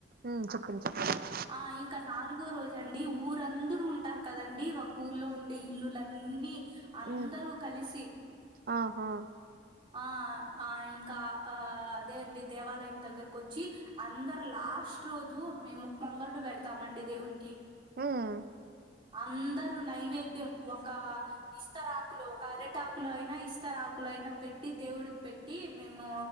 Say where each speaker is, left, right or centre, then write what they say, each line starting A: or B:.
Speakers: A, on the right (about 55°); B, on the right (about 30°).
A: మ్ చెప్పండి చెప్పండి
B: ఆ ఇంకా నాలుగో రోజు అండి ఊరందరూ ఉంటారు కదండి ఒక ఊర్లో ఉండే ఇల్లులన్నీ అందరూ
A: ఉమ్
B: కలిసి
A: ఆహా
B: ఆ ఆ ఇంకా ఆ అదే అండి దేవాలయం దగ్గరకు వచ్చి అందరు లాస్ట్ రోజు మేము పొంగల్లు పెడతామండి దేవుడికి
A: ఉమ్
B: అందరూ నైవేద్యం ఒక ఇస్తరాకులో ఒక అరిటాక్ కులో అయినా ఇస్తరాకులో అయినా పెట్టి దేవుడికి పెట్టి మేము